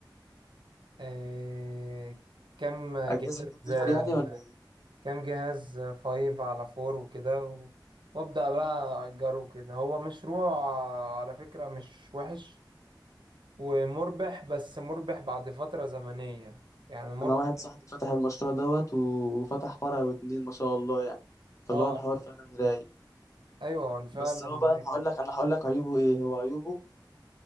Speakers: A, on the right; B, on the left.
A: آه، كام
B: اجهزه
A: جهاز
B: كمبيوتر
A: آه،
B: يعني ولا ايه
A: كام جهاز 5 على 4 وكده و... وابدا بقى اجره كده هو مشروع على فكرة مش وحش ومربح بس مربح بعد فترة زمنية يعني مربح
B: انا واحد صاحبي فتح المشروع دوت وفتح فرع واتنين ما شاء الله يعني فاللي
A: اه
B: هو الحوار فعلا رايق
A: ايوه هو فعلا
B: بس هو
A: ناجح.
B: بقى انا هقول لك انا هقول لك عيوبه ايه هو عيوبه